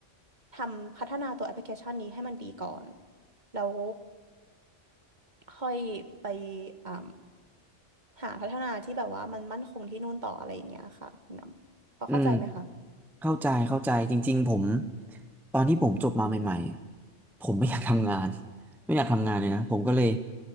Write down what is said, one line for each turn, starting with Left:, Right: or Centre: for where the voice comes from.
Right: ทำพัฒนาตัวแอปพลิเคชันนี้ให้มันดีก่อนแล้วค่อยไปอ่าหาพัฒนาที่แบบว่ามันมั่นคงที่นู่นต่ออะไรอย่างเงี้ยค่ะคุณนำพอเข้าใจไหมคะ
Centre: อืมเข้าใจเข้าใจจริงๆผมตอนที่ผมจบมาใหม่ๆอะผมไม่อยากทำงาน <laughs> ไม่อยากทำงานเลยนะผมก็เลย